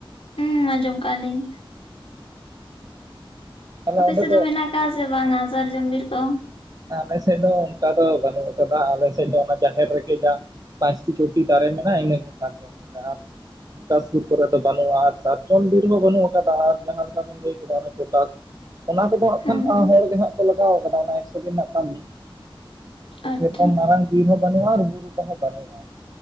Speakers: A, on the left; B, on the right.
A: ᱦᱩᱸ, ᱟᱸᱡᱚᱢ ᱠᱟᱜ-ᱟ ᱞᱤᱧ।
B: ᱛᱟᱦᱚᱞᱮ
A: ᱚᱯᱮ
B: ᱚᱸᱰᱮ
A: ᱥᱮᱫ ᱫᱚ ᱢᱮᱱᱟᱜ ᱟᱠᱟᱜ ᱥᱮ ᱵᱟᱝᱟ ᱥᱟᱨᱡᱚᱢ ᱵᱤᱨ ᱠᱚ?
B: ᱟᱞᱮ ᱥᱮᱫ ᱫᱚ ᱚᱱᱠᱟ ᱫᱚ ᱵᱟᱹᱱᱩᱜ ᱟᱠᱟᱫᱟ, ᱟᱞᱮ ᱥᱮᱫ ᱫᱚ ᱚᱱᱟ ᱡᱟᱦᱮᱨ ᱨᱮᱜᱮ ᱡᱟ ᱾ ᱯᱟᱸᱪᱴᱤ ᱪᱷᱚᱴᱤ ᱫᱟᱨᱮ ᱢᱮᱱᱟᱜᱼᱟ, ᱤᱱᱟᱹᱜᱮ ᱥᱟᱨᱡᱚᱢ ᱫᱟᱨᱮ ᱟᱨ ᱚᱱᱠᱟ ᱥᱩᱨ ᱠᱚᱨᱮ ᱫᱚ ᱵᱟᱹᱱᱩᱜᱼᱟ, ᱟᱨ ᱥᱟᱨᱡᱚᱢ ᱵᱤᱨ ᱦᱚᱸ ᱵᱟᱹᱱᱩᱜ ᱟᱠᱟᱫᱟ ᱟᱨ ᱡᱟᱦᱟᱸ ᱞᱮᱠᱟ ᱵᱤᱱ ᱞᱟᱹᱭ ᱠᱮᱫᱟ ᱚᱱᱮ ᱯᱚᱴᱟᱥ ᱾ ᱚᱱᱟ ᱠᱚᱫᱚ ᱦᱟᱸᱜ
A: ᱦᱩᱸ
B: ᱠᱷᱟᱱ
A: ᱦᱩᱸ
B: ᱦᱚᱲᱜᱮ ᱦᱟᱸᱜ ᱠᱚ ᱞᱟᱜᱟᱣ ᱠᱟᱫᱟ, ᱚᱱᱟ ᱮᱠᱥᱚ ᱫᱤᱱ ᱨᱮᱱᱟᱜ ᱠᱟᱹᱢᱤ ᱾
A: ᱟᱪᱪᱷᱟ
B: ᱥᱮᱨᱚᱠᱚᱢ ᱢᱟᱨᱟᱝ ᱵᱤᱨ ᱦᱚᱸ ᱵᱟᱱᱩᱜᱼᱟ, ᱟᱨ ᱵᱩᱨᱩ ᱠᱚᱦᱚᱸ ᱵᱟᱱᱩᱜᱼᱟ ᱾